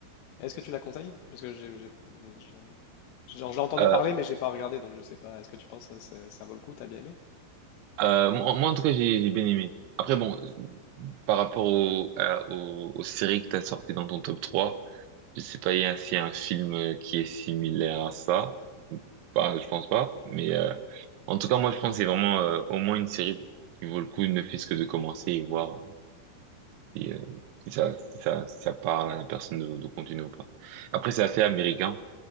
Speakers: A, on the left (about 85°); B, on the right (about 75°).
A: Est-ce que tu la conseilles? Parce que j'ai, j'ai- j'ai- j'ai- j'en- j'en entendu
B: Euh,
A: parler, mais j'ai pas regardé, donc je sais pas. Est-ce que tu penses que ça, ça- ça vaut le coup? T'as bien aimé?
B: euh, moi, moi, en tout cas, j'ai j'ai bien aimé. Après,
A: D'accord,
B: bon, par rapport au, à- au- aux séries que t'as sorties dans ton top 3, je sais pas il y a- s'il y a un film euh, qui est similaire à ça. Bah, je pense pas. Mais euh, en tout cas, moi, je pense que c'est vraiment euh, au moins une série qui vaut le coup, ne fût-ce que de commencer et voir si, euh, si ça, si ça, si ça parle à la personne de, de continuer ou pas. Après, c'est assez américain.